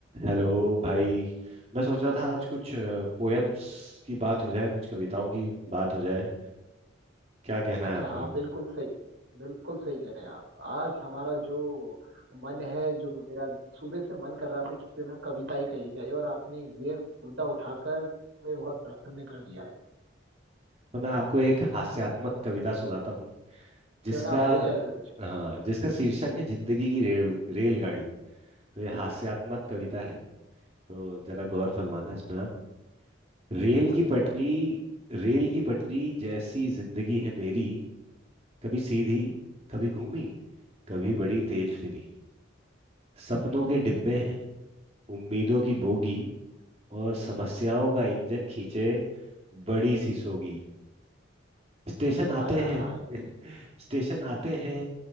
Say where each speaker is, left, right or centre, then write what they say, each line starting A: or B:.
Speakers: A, on the right (about 30°); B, on the right (about 75°).
A: Hello भाई मैं सोच रहा था आज कुछ पोएम्स की बात हो जाए कुछ कविताओं की बात हो जाए क्या कहना
B: अच्छा
A: है आपका
B: हाँ बिल्कुल सही बिल्कुल सही कह रहे हैं आप आज हमारा जो मन है जो मेरा सुबह से मन कर रहा था कि क्यों ना कविताएं कही जाए और आपने ये मुद्दा उठाकर मुझे बहुत प्रसन्न कर दिया है
A: तो मैं आपको एक हास्यात्मक कविता सुनाता हूँ जिसका
B: क्यों ना हो जाए कुछ
A: हाँ जिसका शीर्षक है जिंदगी की रेल रेलगाड़ी तो ये हास्यात्मक कविता है तो जरा गौर फरमाना इसमें आप रेल
B: मालिक
A: की पटरी
B: है वो
A: रेल की पटरी जैसी जिंदगी है मेरी कभी सीधी कभी घूमी कभी बड़ी तेज फिरी सपनों के डिब्बे हैं उम्मीदों की बोगी और समस्याओं का इंजन खींचे बड़ी सीसोगी स्टेशन आते
B: आय हाय
A: हैं
B: हाय
A: <laughs> स्टेशन आते हैं